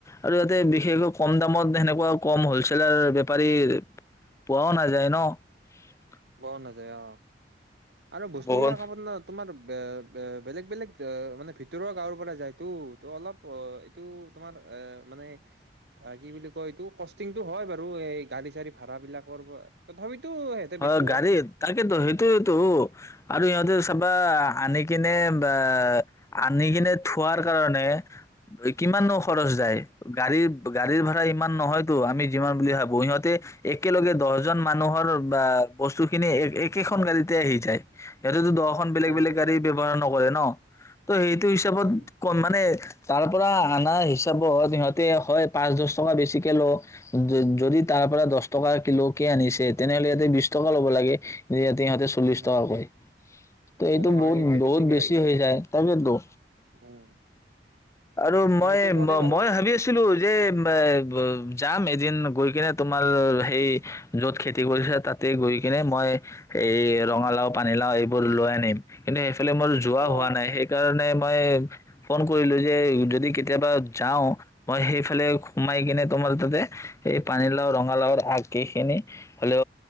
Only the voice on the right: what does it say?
পোৱাও নাযায় অ'। আৰু বস্তু
বিলাক <unintelligible> তোমাৰ আ, আ, বেলেগ বেলেগ, মানে ভিতৰুৱা গাঁৱৰ পৰা যায়তো, ত অলপ এইটো তোমাৰ এ, মানে কি বুলি কয় এইটো কষ্টিংটো হয় বাৰু এই গাৰি চাৰি ভাড়াবিলাকৰ, তথাপি <unintelligible>
সিহঁতে
উম
উম,
আহি
যায়
অ
উম
উম
সিহঁতে
মাৰ্জিনটো
বেছিকে
ৰাখি দিয়ে
উম
এ সেইটো কৰে বাৰু
অ